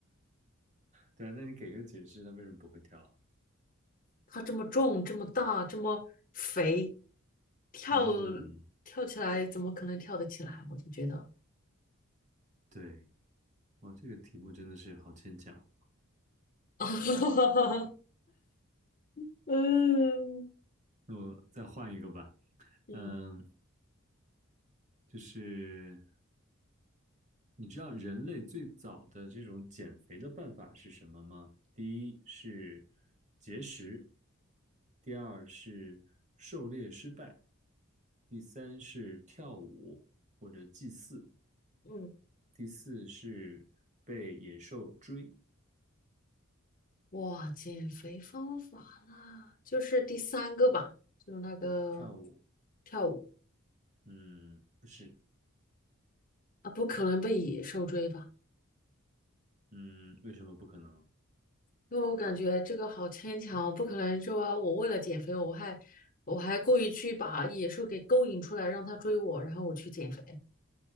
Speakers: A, on the right (about 35°); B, on the left (about 40°).
A: 对啊，那你给个解释，它为什么不会跳啊？
B: 它这么重，这么大，这么肥，跳
A: 嗯，
B: 跳起来怎么可能跳得起来？我就觉得，
A: 对，哇，这个题目真的是好牵强。
B: <laughs> <laughs> 嗯
A: 那我再换一个吧。
B: 嗯
A: 嗯，就是你知道人类最早的这种减肥的办法是什么吗？第一是节食，第二是狩猎失败，第三是跳舞或者祭祀，
B: 嗯，
A: 第四是被野兽追。
B: 哇，减肥方法啦，就是第三个吧，就是那个
A: 跳舞，
B: 跳舞
A: 嗯，不是，
B: 啊，不可能被野兽追吧？
A: 嗯，为什么不可能？
B: 因为我感觉这个好牵强，不可能说我为了减肥，我还我还故意去把野兽给勾引出来，让它追我，然后我去减肥。